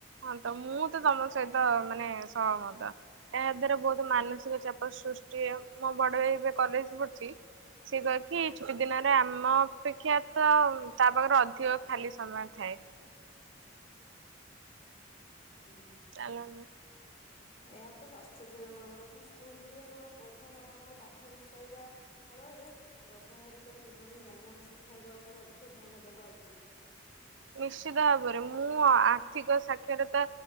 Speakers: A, on the right; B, on the left.
A: ହଁ ତ ମୁଁ ତ ତମ ସହିତ ମାନେ ସହମତା। ଏହା ଦ୍ଵାରା ବହୁତ ମାନସିକ ଚାପ ସୃଷ୍ଟି ମୋ ବଡ ଭାଇ ଏବେ କଲେଜ ପଢୁଛି। ସିଏ କହେକି ଛୁଟି ଦିନରେ ଆମ ଅପେକ୍ଷା ତ ତା ପାଖରେ ଅଧିକ ଖାଲି ସମୟ ଥାଏ।
B: ହୁଁ।
A: ଚାଲୁନୁ।
B: ଏହା ତ ଆଶ୍ଚର୍ଯ୍ୟ ଜନକ କଥା ସ୍କୁଲ ଗୁଡିକ କେବଳ ପରୀକ୍ଷା ପାଇଁ ଆମକୁ ପାଠ ଘୋସାଇବା ବଦଳରେ ବ୍ୟବହାରିକ ଜୀବନ ଜ୍ଞାନ ଶିଖାଇବା ଉପରେ ଅଧିକ ଧ୍ୟାନ ଦେବା ଉଚିତ।
A: ନିଶ୍ଚିତ ଭାବରେ ମୁଁ ଆ ଆର୍ଥିକ ସାକ୍ଷରତା